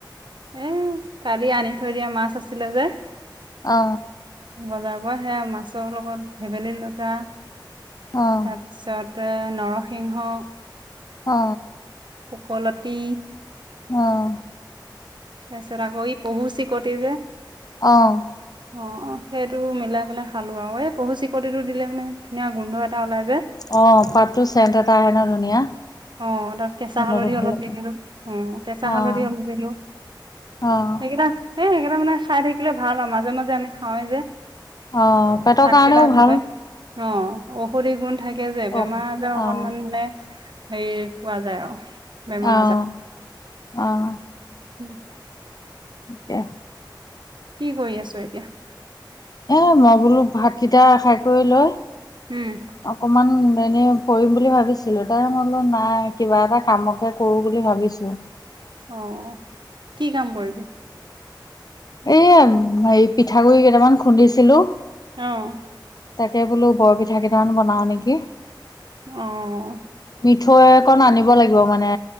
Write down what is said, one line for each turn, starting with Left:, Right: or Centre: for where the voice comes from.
Right: এ কালি আনি থৈ দিয়া মাছ আছিলে যে।
Left: অ।
Right: বজাৰৰ পৰা সেয়া মাছৰ লগত ভেবেলী লতা
Left: অ'
Right: তাৰপিছত। নৰসিংহ।
Left: অ
Right: শুকলতি।
Left: অহ।
Right: তাৰপিছত আকৌ ই পহু চিকটে যে।
Left: অঁহ।
Right: অ অ সেইটো মিলাই পেলাই খালো আউ এ পহু চিকতিটো দিলে মানে ধুনীয়া গোন্ধ এটা ওলাই। যে।
Left: অ পাতটো চেণ্ট এটা আহে ন ধুনীয়া।
Right: অঁ তাত কেঁচা
Left: গোন্ধটো
Right: হালধি
Left: ভাল
Right: অলপ
Left: লাগে।
Right: দি দিলো, উম কেঁচা
Left: অ'
Right: হালধি অলপ দিলো।
Left: অ'
Right: সেইকেইটা সেই সেইকেইটা মানে খাই থাকিলে ভাল আৰু মাজে মাজে। যে আমি খাওৱেই যে
Left: অ' পেটৰ
Right: ভাত
Left: কাৰণেও
Right: কেইটা আহোতে।
Left: ভাল।
Right: অঁ ঔষধি গুণ থাকে যে বেমাৰ
Left: অ'
Right: আজাৰ অকনমান
Left: অ'
Right: মানে সেই কোৱা যায় আৰু। বেমাৰ
Left: অহ অহ।
Right: উম <unintelligible>
Left: ঠিকে
Right: কি কৰি আছ এতিয়া?
Left: এ মই বোলো ভাতকেইটা খাই কৰি লয়
Right: উম
Left: অকমান এনেই পৰিম বুলি ভাবিছিলো তাই বোলো নাই কিবা এটা কামকে কৰো বুলি ভাবিছো।
Right: অ কি কাম কৰিবি?
Left: এয়া হেৰি পিঠাগুৰি কেইটামান খুন্দিছিলো
Right: অহ।
Left: তাকে বোলো বৰপিঠা কেইটামান বনাও নেকি
Right: অ',
Left: মিঠা। থৈকন আনিব লাগিব মানে